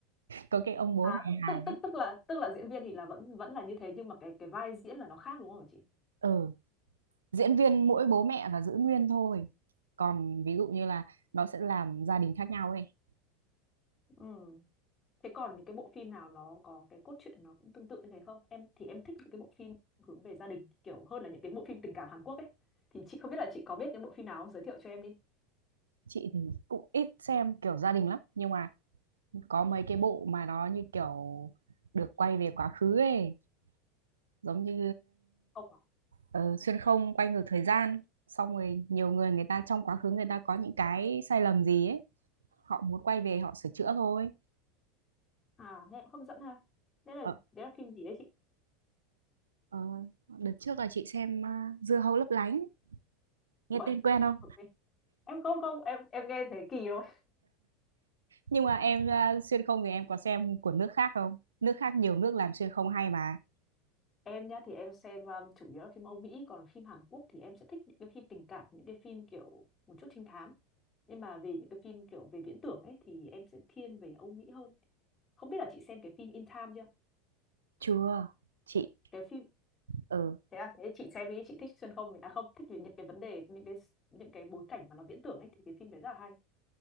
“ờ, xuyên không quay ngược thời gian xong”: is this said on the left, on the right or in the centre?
Right